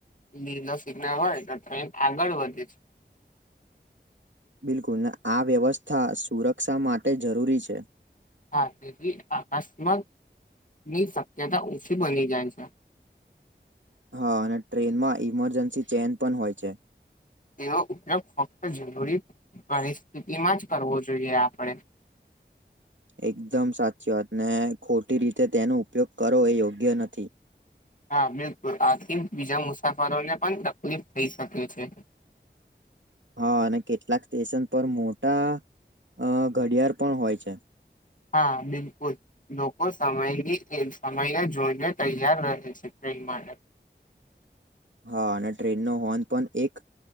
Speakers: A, on the left (about 45°); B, on the right (about 80°).
A: લીલા સિગ્નલ હોય તો ટ્રેન આગળ વધે છે.
B: બિલકુલ ને આ વ્યવસ્થા સુરક્ષા માટે જરૂરી છે.
A: હા તેથી અકસ્માત ની શક્યતા ઓછી બની જાય છે.
B: હા અને ટ્રેનમાં ઈમરજન્સી ચેન પણ હોય છે.
A: તેવો ઉપયોગ ફક્ત જરૂરી પરિસ્થિતિમાં જ કરવો જોઈએ આપણે. <inaudible> <inaudible>
B: એકદમ સાચી વાતને ખોટી રીતે તેનો ઉપયોગ કરો એ યોગ્ય નથી.
A: હા બિલકુલ આથી બીજા મુસાફરોને પણ તકલીફ થઈ શકે છે. <inaudible> <inaudible>
B: હા અને કેટલાક સ્ટેશન પર મોટા અ ઘડિયાળ પણ હોય છે.
A: હા. બિલકુલ. લોકો સમયની જેમ, સમયને જોઈને તૈયાર રહે છે. માને.
B: હા અને ટ્રેનનો હોર્ન પણ એક